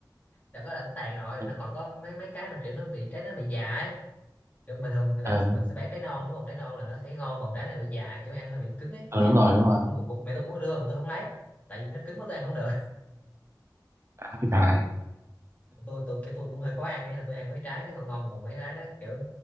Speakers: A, on the left (about 20°); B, on the right (about 40°).
A: đợt đó là nó tàn rồi
B: Ừ,
A: nó còn có mấy mấy cái mình kiểu nó bị trái nó bị già ấy kiểu bình thường người ta
B: ừ,
A: mình sẽ bán trái non đúng không trái non là nó sẽ ngon còn trái này bị già kiểu ăn nó bị cứng ấy cái
B: ừ
A: mẹ
B: đúng rồi,
A: tôi
B: đúng rồi.
A: cũng cũng, cũng mẹ tôi cũng có đưa mà tôi không lấy tại vì nó cứng quá tôi ăn không được
B: À, trời,
A: tôi tôi cái tôi cũng hơi khó ăn ấy là tôi ăn mấy trái nó ngon ngon còn mấy trái đó kiểu